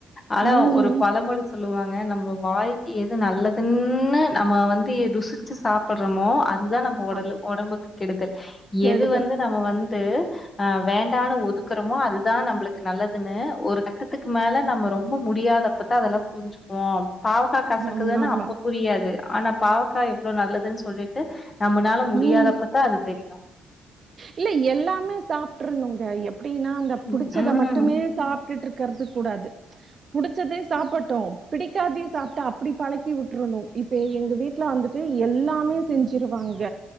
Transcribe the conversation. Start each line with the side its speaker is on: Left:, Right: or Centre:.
Left: ஆனா
Right: ம்
Left: ஒரு பழமொழி சொல்லுவாங்க நம்ம வாய்க்கு எது நல்லதுன்னு நம்ம வந்து ருசிச்சு சாப்டுறோமோ அதுதான் நம்ம உடலு
Right: அப்
Left: உடம்புக்கு கெடுதல்
Right: கெடுதல்
Left: எது வந்து நம்ம வந் து அ வேண்டான்னு ஒதுக்குறோமோ அது அது தான் நம்மளுக்கு நல்லதுன்னு ஒரு கட்டத்துக்கு மேல நம்ம ரொம்ப முடியாதப்பத்தான் அதெல்லாம் புரிஞ்சுக்குவோம் பாவக்காய் கசக்குதுன்னு
Right: ஆமாமா
Left: அப்ப புரியாது ஆனா பாவக்கா எவ்ளோ நல்லதுன்னு சொ சொல்லிட்டு நம்மளால முடியாதப்பதான்
Right: ம்.
Left: அது தெரியும்
Right: இல்ல எல்லாமே சாப்ட்ருனுங்க எ எப்டின்னா அந்த பிடிச்சதை
Left: ம்.
Right: மட்டுமே சாப்ட்டுட்டு இரு க்கறது கூடாது புடிச்சதே சாப்டட்டும் பிடிக்காதையும் சாப்ட்டு அப்டி பழக்கி விட்டுருணும் இப்ப எங்க வீட்ல வந்துட்டு எல்லாமே செஞ்சிருவாங்க